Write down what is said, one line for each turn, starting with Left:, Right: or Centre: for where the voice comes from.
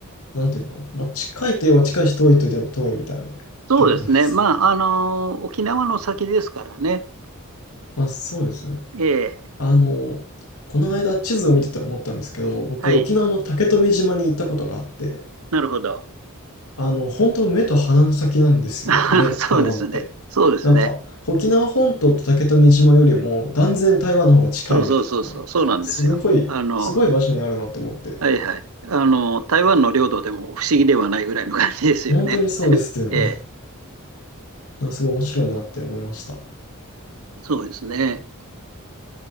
Left: あ、なんていうのかな。まあ、近いといえば近いし、遠いといえば遠いみたいな
Right: そうですね。
Left: 距離なんですね。
Right: まあ、あのー沖縄の先ですからね。
Left: <laughs> まあ、そうですね。
Right: ええ、
Left: あの、この間地図を見てて思ったんですけど、僕、
Right: はい。
Left: 沖縄の竹富島に行ったことがあって、
Right: なるほど。
Left: あの、本当目と鼻の先なんですよね、
Right: <laughs> そうですね。
Left: 台湾って。
Right: そうですね。
Left: なんか、沖縄本島と竹富島よりも断然台湾の方が近いみたいな。
Right: そうそうそうそう。そうなんですよ。
Left: すごい、
Right: あの、
Left: すごい場所にあるなって思って。
Right: はいはい。あの、台湾の領土でも不思議ではないぐらいの感じですよね。
Left: 本当にそうですよね。
Right: ええ、
Left: なんかすごい面白いなって思いました。
Right: そうですね。